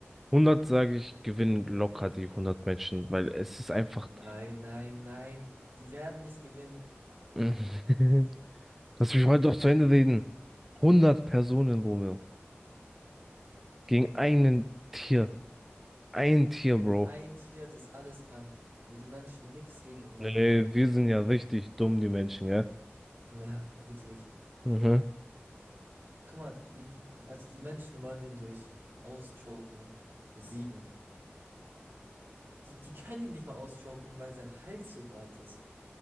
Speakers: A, in the centre; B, on the right (about 65°).
A: 100, sage ich, gewinnen locker die 100 Menschen, weil es ist einfach,
B: Nein, nein, nein. Die werden nicht gewinnen.
A: <laughs> lass mich heute doch zu Ende reden. 100 Personen, Romeo, gegen einen Tier. Ein Tier, Bro.
B: Ein Tier, das alles kann, wo die Menschen nichts gegen ihn machen
A: Nee,
B: können.
A: wir sind ja richtig dumm, die Menschen, gell?
B: Ja, wirklich.
A: Mhm.
B: Guck mal, die, also die Menschen wollen den durch auschoken, besiegen. Die, die können ihn nicht mal auschoken, weil sein Hals so breit ist.